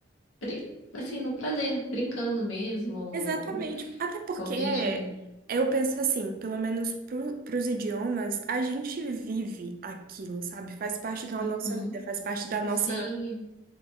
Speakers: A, on the left (about 85°); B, on the right (about 45°).
A: pri- assim, no prazer, brincando mesmo.
B: Exatamente. Até porque
A: Ou a gente.
B: eu penso assim, pelo menos para os idiomas, a gente vive aquilo, sabe? Faz parte da
A: Uhum.
B: nossa vida, faz parte da nossa
A: Sim,